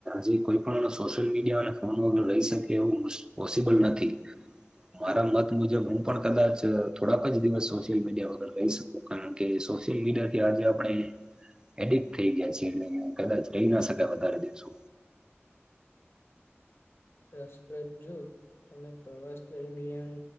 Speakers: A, on the right (about 15°); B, on the left (about 60°).
A: હજી કોઈ પણ સોશિયલ મીડિયા અને ફોન વગર રહી શકે એવું પોસિબલ નથી મારા મત મુજબ હું પણ કદાચ થોડાક જ દિવસ સોશિયલ મીડિયા વગર રહી શકું કારણ કે સોશિયલ મીડિયા થી આજે આપણે એડિક્ટ થઈ ગયા છીએ એ કદાચ રહી ના શકાય વધારે દિવસો
B: રસપ્રદ જો તમે પ્રવાસ દરમિયાન